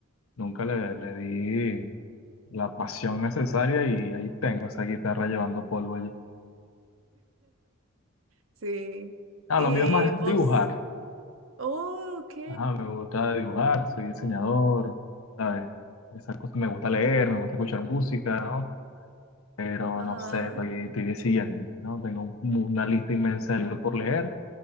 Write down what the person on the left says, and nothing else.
nunca le, le di la pasión necesaria y ahí tengo esa guitarra llevando polvo allí.
Ah,
lo mío es más
dibujar.
Ajá, me gusta dibujar, soy diseñador, ¿sabes? Esa cosa, me gusta leer, me gusta escuchar música, ¿no? Pero
no sé, estoy, estoy decidiéndome, ¿no? Tengo un- una lista inmensa de libros por leer,